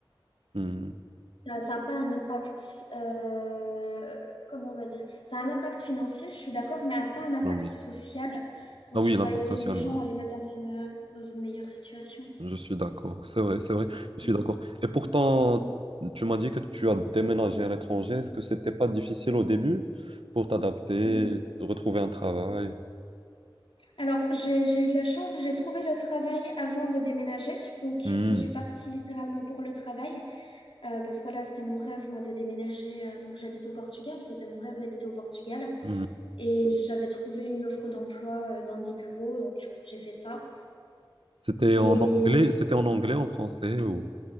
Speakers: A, on the right; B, on the left.
A: hmm,
B: ça ça a pas un impact, heu, comment on va dire? Ça a un impact financier, je suis d'accord, mais un pas un impact
A: économique.
B: social où
A: Ah
B: tu
A: oui, l'impact
B: vas aider
A: social,
B: les gens
A: non.
B: et les mettre dans une, dans une meilleure situation.
A: Je suis d'accord, c'est vrai, c'est vrai, je
B: Mmh.
A: suis d'accord. Et pourtant, tu m'as dit que tu as déménagé à l'étranger. Est-ce que c'était pas difficile au début pour t'adapter,
B: Mmh.
A: retrouver un travail?
B: Alors, j'ai, j'ai eu de la chance, j'ai trouvé le travail avant de déménager. Donc,
A: Hmm,
B: je suis partie littéralement pour le travail. euh, parce que voilà, c'était mon rêve, moi, de déménager. euh, donc, j'habite au Portugal, c'était mon rêve d'habiter au Portugal.
A: hmm.
B: Et j'avais trouvé une offre d'emploi euh, dans des bureaux, donc j'ai fait ça.
A: C'était
B: Et
A: en anglais, c'était en anglais, en français ou...